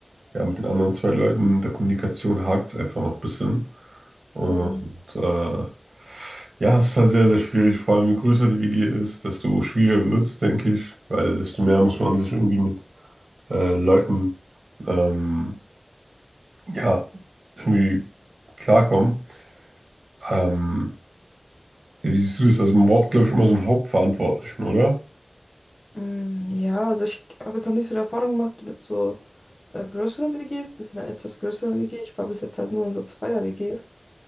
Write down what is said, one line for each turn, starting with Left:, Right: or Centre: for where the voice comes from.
Right: ja, mit den anderen zwei Leuten in der Kommunikation hakt es einfach noch ein bisschen. Und
Left: Hm.
Right: äh, ja, es ist halt sehr, sehr schwierig. Vor allem, je größer die WG ist, desto schwieriger wird es, denke ich, weil desto mehr muss man sich irgendwie mit äh, Leuten, ähm, ja, irgendwie klarkommen. Ähm, ja, wie siehst du das? Also man braucht, glaube ich, immer so einen Hauptverantwortlichen, oder?
Left: Hm, ja, also ich habe jetzt noch nicht so die Erfahrung gemacht mit so äh, größeren WGs, mit so einer etwas größeren WG. Ich war bis jetzt halt nur in so Zweier-WGs.